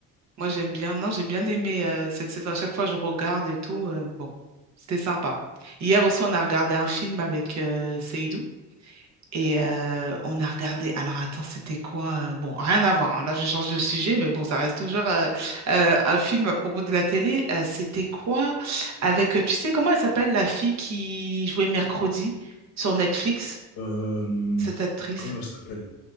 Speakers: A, on the right; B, on the left.
A: Moi, j'aime bien. Non, j'ai bien aimé euh, cette saison. À chaque fois, je regarde et tout. euh, bon, c'était sympa. Hier aussi, on a regardé un film avec euh, Seydou. Et euh, on a regardé. Alors attends, c'était quoi? euh, Bon, rien à voir. hein. Là, je change de sujet, mais bon, ça reste toujours euh, euh, un film à propos de la télé. Euh, c'était quoi? Avec, euh, tu sais, comment elle s'appelle la fille qui jouait mercredi sur Netflix,
B: Euh,
A: cette actrice?
B: comment elle s'appelle?